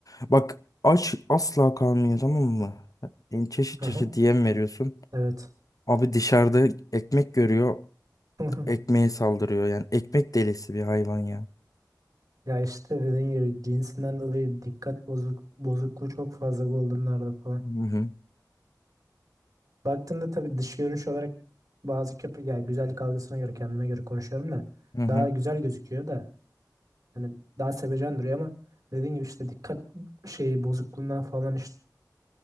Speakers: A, on the left (about 55°); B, on the right (about 55°).
A: Bak aç asla kalmıyor tamam mı? Yani çeşit
B: aha,
A: çeşit yem veriyorsun.
B: evet.
A: Abi dışarıda ekmek görüyor.
B: <laughs>
A: Ekmeğe saldırıyor yani. Ekmek delisi bir hayvan ya.
B: Ya işte dediğin gibi cinsinden dolayı dikkat bozuk, bozukluğu çok fazla Golden'larda falan.
A: Hı hı.
B: Baktığında tabii dış görünüş olarak bazı köpek yani güzellik algısına göre kendime göre konuşuyorum da
A: Hı hı.
B: daha güzel gözüküyor da Hani daha sevecen duruyor ama dediğim gibi işte dikkat şeyi bozukluğundan falan işte